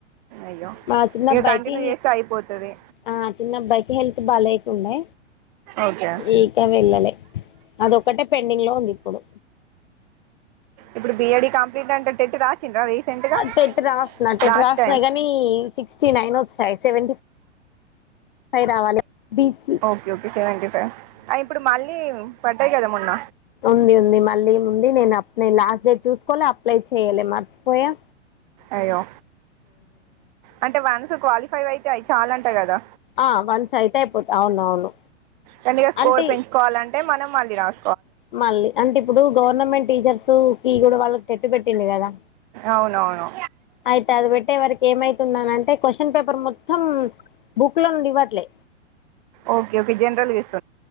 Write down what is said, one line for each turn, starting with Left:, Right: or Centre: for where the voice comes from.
Right: అయ్యో
Left: మా చిన్న
Right: ఇక
Left: అబ్బాయికి
Right: కంటిన్యూ చేస్తే అయిపోతది
Left: ఆ చిన్న అబ్బాయికి హెల్త్ బాలేదు ఉండా
Right: ఓకే
Left: ఇక వెళ్ళలే అదొక్కటే పెండింగ్ లో ఉంది ఇప్పుడు
Right: ఇప్పుడు బిఏడి కంప్లీట్ అంటే టెట్ రాసిండ్రా రీసెంట్ గా
Left: టెట్ రాసిన టెట్
Right: లాస్ట్
Left: రాసిన
Right: టైం
Left: కాని సిక్స్టీ నైన్ వచ్చాయి సెవెంటీ పై రావాలి BC
Right: okay okay seventy five ఇప్పుడు మళ్ళీ పడ్డాయి కదా మొన్న
Left: ఉంది ఉంది మళ్ళీ ఉంది నేను అప్లై లాస్ట్ చూసుకోలే అప్లై చెయాలే మర్చిపోయా
Right: అయ్యో అంటే వన్స్ క్వాలిఫై అయితే చాలంట కదా
Left: ఆ వన్స్ అయితే అయిపోత అవునవును
Right: దండిగా స్కోర్
Left: అంటే
Right: పెంచుకోవాలంటే మనం మళ్ళీ రావా
Left: మళ్ళీ అంటే ఇప్పుడు గవర్నమెంట్ టీచర్స్ కి కూడా వాళ్ళకి టెట్ పెట్టిండు కదా
Right: అవునవును
Left: అయితే అది పెట్టే వరకి ఏమైతుందనంటే క్యూషన్ పేపర్ పర్ మొత్తం బుక్ లో నుండి ఇవ్వట్లే
Right: ఓకే ఓకే జనరల్గా చే